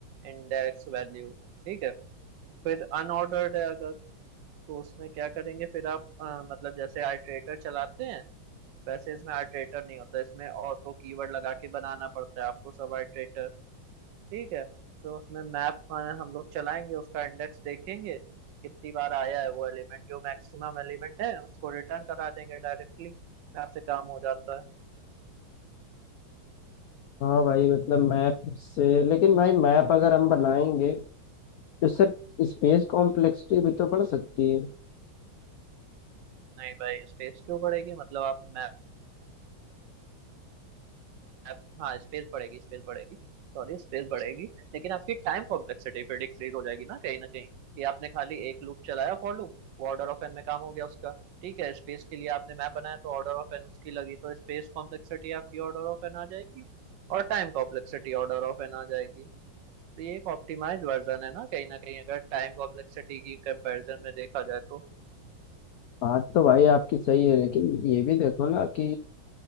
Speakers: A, on the right; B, on the left.
A: इंडेक्स वैल्यू ठीक है फिर अनऑर्डर्ड है अगर तो उसमें क्या करेंगे फिर आप अ, मतलब जैसे आइटरेटर चलाते हैं वैसे इसमें आइटरेटर नहीं होता इसमें ऑटो कीवर्ड लगा के बनाना पड़ता है आपको सब आइटरेटर ठीक है तो उसमें मैप हम लोग चलाएंगे उसका इंडेक्स देखेंगे कितनी बार आया है वो एलिमेंट जो मैक्सिमम एलिमेंट है उसको रिटर्न करा देंगे डायरेक्टली मैप से काम हो जाता है
B: हाँ भाई मतलब मैप से लेकिन भाई मैप अगर हम बनाएंगे तो उससे स्पेस कॉम्प्लेक्सिटी भी तो बढ़ सकती है
A: नहीं भाई स्पेस क्यों बढ़ेगी मतलब आप मैप हाँ स्पेस बढ़ेगी स्पेस बढ़ेगी सॉरी स्पेस बढ़ेगी लेकिन आपकी टाइम कॉम्प्लेक्सिटी फिर डिक्रीज हो जाएगी ना कहीं ना कहीं कि आपने खाली एक लूप चलाया फॉर लूप वो ऑर्डर ऑफ एन में काम हो गया उसका ठीक है स्पेस के लिए आपने मैप बनाया तो ऑर्डर ऑफ एन उसकी लगी तो स्पेस कॉम्प्लेक्सिटी आपकी ऑर्डर ऑफ एन आ जाएगी और time complexity order of N आ जाएगी तो ये एक ऑप्टिमाइज वर्जन है ना कहीं ना कहीं अगर टाइम कॉम्प्लेक्सिटी की कंपैरिजन में देखा जाए तो
B: बात तो भाई आपकी सही है लेकिन ये भी देखो ना कि